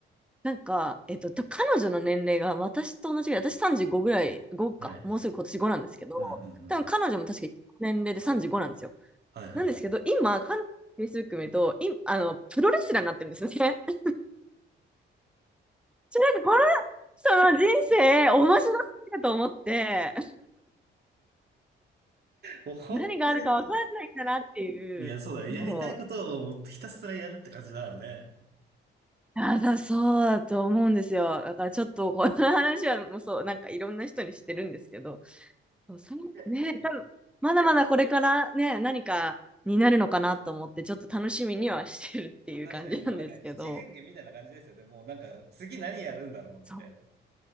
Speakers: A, in the centre; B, on the right.
A: なんか、えっと、と彼女の年齢が私と同じぐらい、私35ぐらい、5か、
B: はい。
A: もうすぐ今年5なんですけど、
B: うんうんうん。
A: 多分彼女も確か年齢で35なんですよ。
B: はいはいはい。
A: なんですけど、今、彼女の Facebook 見ると、い、あの、プロレスラーになってるんですね。<laughs> ちょ、なんかこの、その人生、面白すぎると思って、
B: もう本当に、
A: 何があるか分かんないんだなっていう、
B: いや、そうだね。
A: そう。
B: やりたいことをもうひたすらやるって感じだよね。
A: あ、だ、そうだと思うんですよ。だからちょっとこの話はもうそう、なんかいろんな人にしてるんですけど、そう、さんね、
B: <laughs>
A: <laughs>
B: いや
A: 多分まだまだこれからね、何かになるのかなと思って、ちょっと楽しみにはしてるっていう感じなんですけど、
B: 確かにもうなんか七変化みたいな感じですよね。もうなんか次何やるんだろうみたいな。
A: そう、